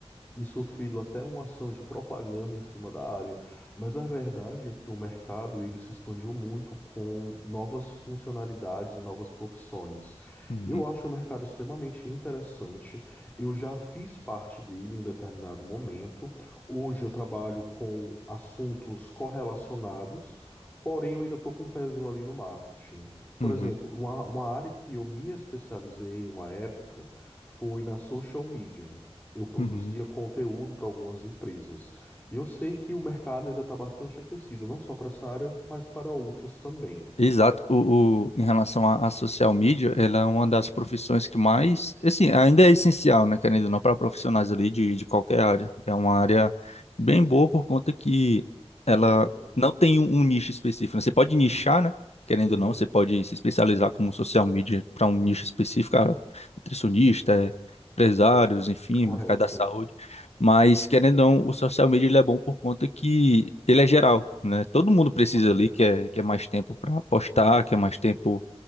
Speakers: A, on the left; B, on the left.
A: e sofrido até uma ação de propaganda em cima da área. Mas a verdade é que o mercado ele se expandiu muito com novas funcionalidades e novas profissões.
B: Uhum,
A: Eu acho o mercado extremamente interessante. Eu já fiz parte dele em um determinado momento. Hoje eu trabalho com assuntos correlacionados, porém eu ainda estou com um pezinho ali no marketing. Por
B: uhum,
A: exemplo, uma, uma área que eu me especializei em uma época foi na social media. Eu produzia
B: uhum.
A: conteúdo para algumas empresas. E eu sei que o mercado ainda está bastante aquecido, não só para essa área, mas para outras também.
B: Exato. O, o- em relação à à social media, ela é uma das profissões que mais, assim, ainda é essencial, né, querendo ou não, para profissionais ali de, de qualquer área. É uma área bem boa por conta que ela
A: Uhum,
B: não tem um, um nicho específico. né? Você pode nichar, né, querendo
A: uhum,
B: ou não, você pode se especializar como social media para um nicho específico, ah, nutricionista, eh, empresários, enfim,
A: Correto,
B: mercado da saúde. Mas, querendo ou não, o social media ele é bom por conta que ele é geral, né? Todo mundo precisa
A: correto.
B: ali, quer, quer mais tempo para postar, quer mais tempo